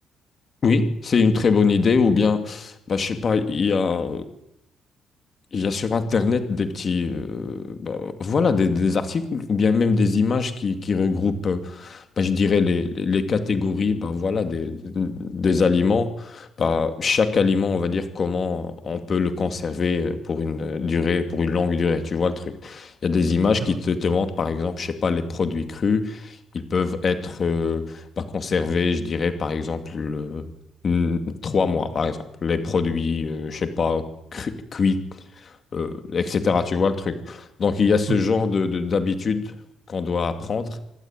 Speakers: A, on the left (about 45°); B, on the right (about 65°).
A: Oui, c'est une très bonne idée. Ou bien, ben, je sais pas, il y a... Il y a sur Internet des petits, euh, bah, voilà, des, des articles ou bien même des images qui, qui regroupent, euh, bah, je dirais, les, les- les catégories, bah, voilà, des, des aliments. Bah, chaque aliment, on va dire comment on peut le conserver euh, pour une euh, durée, pour une longue durée, tu vois le truc. Il y a des images
B: C'est
A: qui
B: vrai.
A: te, te montrent, par exemple, je sais pas, les produits crus, ils peuvent être euh, bah, conservés, je dirais, par exemple, euh, n- trois mois, par exemple. Les produits, euh, je sais pas, cru- cuits euh, etc. Tu vois le truc. Donc il y a ce
B: Oui,
A: genre de, de- d'habitude qu'on doit apprendre.